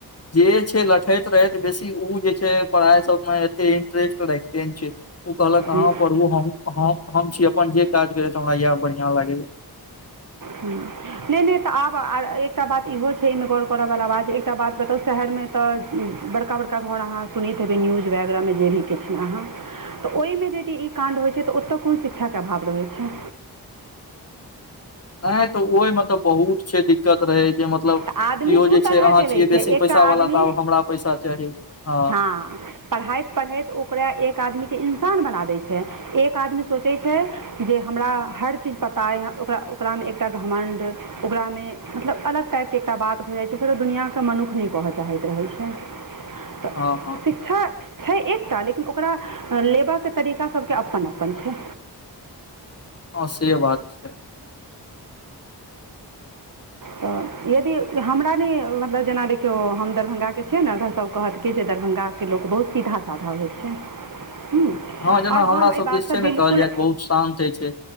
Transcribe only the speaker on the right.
हूँ।
हूं नै- नै तऽ आब एकटा बात इहो छै, एहिमे गौर करऽवला बात, एकटा बात बताउ शहर में तऽ बड़का- बड़का घर अहाँ सुनैत हेबै न्यूज वगैरह में, जे भी किछ में अहाँ तऽ ओहि मे यदि ई काण्ड होइ छै, तऽ ओतय कोन शिक्षा के अभाव रहैत छै।
तऽ आदमी
दू
तरहके
लै छै
एकटा
आदमी
हँ। पढ़ैत- पढ़ैत ओकरा एक आदमीके इंसान बना दै छै, एक आदमी सोचै छै जे हमरा हर चीज पता अइ, ओकरा- ओकरा में एकटा घमण्ड ओकरा में मतलब अलग टाइप एकटा बात भऽ जाइ छै, फेरो दुनिआ के लोक मन्नुख नै कहय चाहैत रहै छै। तऽ
शिक्षा छै एकटा, लेकिन ओकरा लेबाकऽ के तरीका सबके अपन -अपन छै।
तऽ यदि हमरा नै मतलब जेना, देखियौ हम दरभङ्गाके छियै ने, अगर सब कहत कि जे दरभङ्गा के लोक बहुत सीधा- साधा होइ छै हूं,
और
हम
एहि
बात
से
बिल्कुल